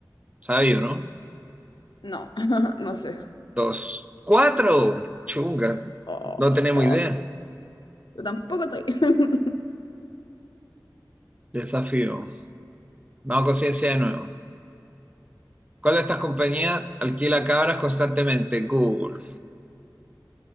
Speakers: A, on the right (about 20°); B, on the left (about 85°).
A: Sabio, ¿no?
B: No, <laughs> no sé.
A: Dos. ¡Cuatro! Chunga.
B: Oh,
A: No tenemos idea.
B: yo tampoco estoy. <laughs>
A: Desafío. Vamos con ciencia de nuevo. ¿Cuál de estas compañías alquila cabras constantemente? Google.